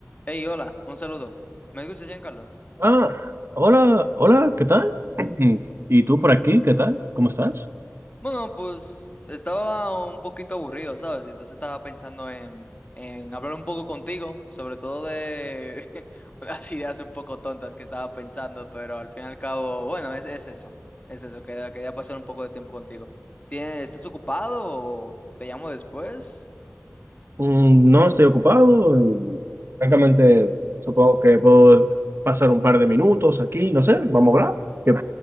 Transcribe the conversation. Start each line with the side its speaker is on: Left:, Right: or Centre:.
Left: Hey, hola, un saludo. ¿Me escuchas, Giancarlo?
Right: Ah, hola, hola, ¿qué tal? Mm, ¿Y tú por aquí? ¿Qué tal? ¿Cómo estás?
Left: Bueno, pues estaba un poquito aburrido, ¿sabes? Y Entonces estaba pensando en, en hablar un poco contigo, sobre todo de <laughs> unas ideas un poco tontas que estaba pensando, pero al fin y al cabo, bueno, es, es eso, es eso, quería, quería pasar un poco de tiempo contigo. ¿Tienes, estás ocupado o te llamo después?
Right: Mm, no estoy ocupado. eh, Francamente, supongo que puedo pasar un par de minutos aquí, no sé, vamos a hablar. que-